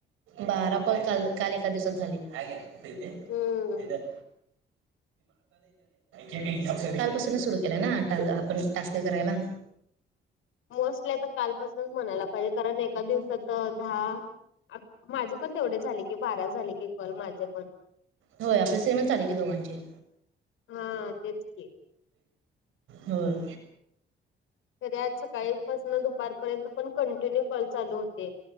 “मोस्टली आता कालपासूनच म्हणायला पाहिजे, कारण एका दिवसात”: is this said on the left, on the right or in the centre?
Left